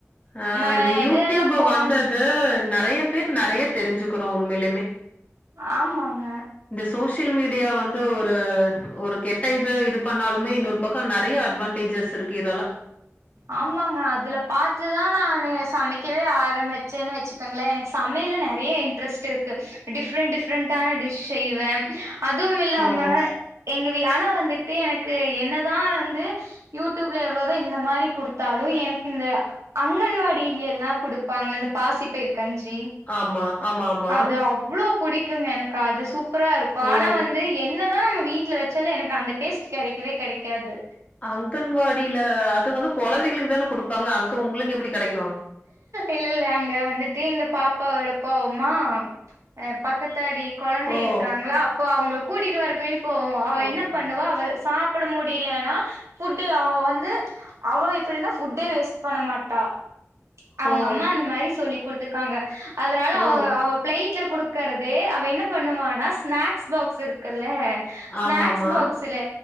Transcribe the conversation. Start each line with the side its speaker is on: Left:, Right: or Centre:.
Left: அ
Right: நம்ம
Left: இந்த யூடுப்
Right: இதெல்லா போனோம்
Left: வந்தது நிறைய பேர் நிறைய தெரிஞ்சுக்கிறோம் உண்மையிலயுமே
Right: ஆமாங்க
Left: இந்த சோசியல் மீடியா வந்து ஒரு ஒரு கெட்ட இது இது பண்ணாலுமே இன்னொரு பக்கம் நிறைய அட்வான்டேஜஸ் இருக்கு இதால
Right: ஆமாங்க அதுல பாத்துதான் நானு சமைக்கவே ஆரம்பிச்சேன்னு வச்சுக்கோங்களே எனக்கு சமை சமையல்ல நிறைய இன்ட்ரெஸ்ட் இருக்கு டிப்ரெண்ட் டிப்ரெண்டான டிஷ் செய்வே அதுவும் இல்லாம
Left: ஓ!
Right: எங்கா வி ஆன வந் வந்துட்டு எனக்கு என்னதான் வந்து யூடுபில எவ்வளோதான் இந்த மாதிரி கொடுத்தாலும் எனக்கு இந்த அங்கன்வாடி எல்லாம் கொடுப்பாங்கள இந்த பாசிப்பயிரு கஞ்சி
Left: ஆமா, ஆமாமா.
Right: அது அவ்வளவு புடிக்குங்க எனக்கு அது சூப்பரா இருக்கு
Left: ஓ!
Right: ஆனா வந்து என்ன அதான் நம்ம வீட்டுல வச்சாலும் எனக்கு அந்த டேஸ்ட் கிடைக்கவே கிடைக்காது
Left: அங்கன்வாடியில அது வந்து குழந்தைகளுக்கு தானே குடுப்பாங்க அங்க உங்களுக்கு எப்படி கிடைக்கு
Right: இல்ல இல்ல அங்க வந்துட்டு எங்க பாப்பாவிட போவமா அ பக்கத்தாடி குழந்தை
Left: ஓ!
Right: இருக்காங்களா அப்போ அவங்களை கூட்டிட்டு வரக்கவேன்டி போவம் அவள்
Left: ஓகே
Right: என்ன பண்ணுவா அவ சாப்பிட முடியலன்னா புட்டு அவன் வந்து அவன் எப்படின்னா புட்டே வேஸ்ட் பண்ண மாட்டா அவங்க
Left: ஓ
Right: அம்மா அந்த மாதிரி சொல்லி்டுத்துருக்காங்க அதனால
Left: ஓ
Right: அவங்க அவ பிளைட்ல குடுக் இருக்கறது அவ என்ன பண்ணுவானா ஸ்நாக்ஸ் பாக்ஸ் இருக்கல்ல ஸ்நாக்ஸ்
Left: ஆமாமா
Right: பாக்ஸ்ல